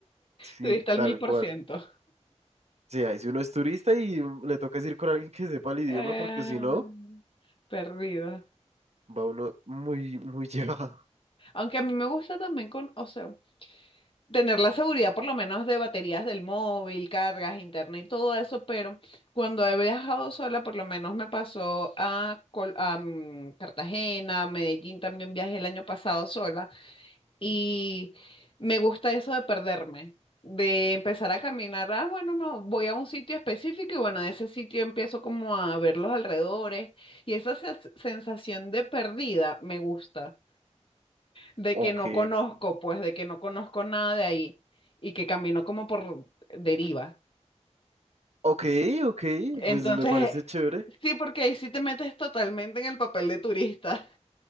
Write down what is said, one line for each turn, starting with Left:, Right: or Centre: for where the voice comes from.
Right: sí,
Left: turista al
Right: tal
Left: mil por
Right: cual.
Left: ciento.
Right: Sí, ahí si uno es turista y le toca es ir con alguien que sepa el idioma,
Left: Eh,
Right: porque si no,
Left: perdido.
Right: va uno muy, muy <laughs> llevado.
Left: Aunque a mí me gusta también con, o sea, tener la seguridad por lo menos de baterías del móvil, cargas, internet y todo eso, pero cuando he viajado sola, por lo menos me pasó a, Col- a, mm, Cartagena, Medellín, también viajé el año pasado sola. Y me gusta eso de perderme, de empezar a caminar. Ah, bueno, no, voy a un sitio específico y bueno, de ese sitio empiezo como a ver los alrededores. Y esa sens- sensación de perdida me gusta, de
Right: Ok,
Left: que no conozco, pues, de que no conozco nada de ahí y que camino como por deriva.
Right: ok, ok,
Left: Entonces,
Right: pues me parece chévere.
Left: sí, porque ahí sí te metes totalmente en el papel de turista.